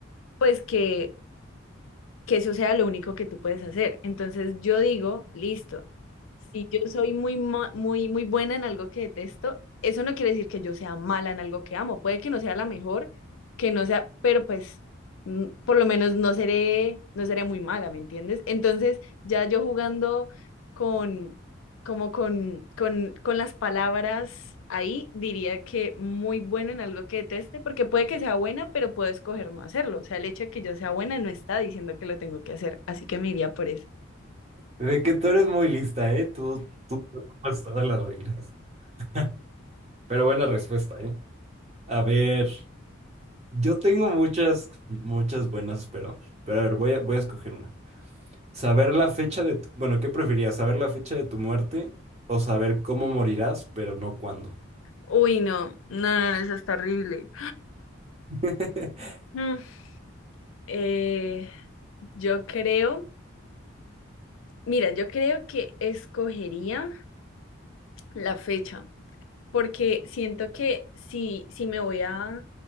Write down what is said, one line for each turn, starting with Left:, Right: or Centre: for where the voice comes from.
Left: pues que que eso sea lo único que tú puedes hacer. Entonces yo digo, listo, si yo soy muy, mo- muy, muy buena en algo que detesto, eso no quiere decir que yo sea mala en algo que amo. Puede que no sea la mejor, que no sea, pero pues mm, por lo menos no seré, no seré muy mala, ¿me entiendes? Entonces ya yo jugando con como con, con, con las palabras ahí, diría que muy buena en algo que deteste, porque puede que sea buena, pero puedo escoger no hacerlo. O sea, el hecho de que yo sea buena no está diciendo que lo tengo que hacer, así que me iría por eso.
Right: De que tú eres muy lista, ¿eh? Tú, tú te tomas todas las reglas. <laughs> Pero buena respuesta, ¿eh? A ver, yo tengo muchas, muchas buenas, pero, pero a ver, voy a, voy a escoger una. Saber la fecha de, tu- bueno, ¿qué preferías? ¿Saber la fecha de tu muerte o saber cómo morirás, pero no cuándo?
Left: Uy, no, no, no, no, eso está horrible.
Right: <laughs>
Left: Mm, eh, yo creo, mira, yo creo que escogería la fecha. porque siento que si, si me voy a,